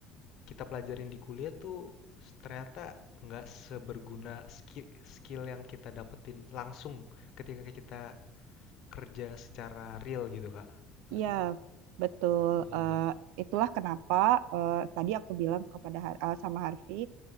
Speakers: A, on the left; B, on the right.
A: kita pelajarin di kuliah tuh ternyata nggak seberguna ski- skill yang kita dapetin langsung ketika kita kerja secara real gitu Kak. Ngerti?
B: iya, betul.
A: Iya,
B: Eh,
A: iya.
B: itulah kenapa eh, tadi aku bilang kepada Har- eh, sama Harvey,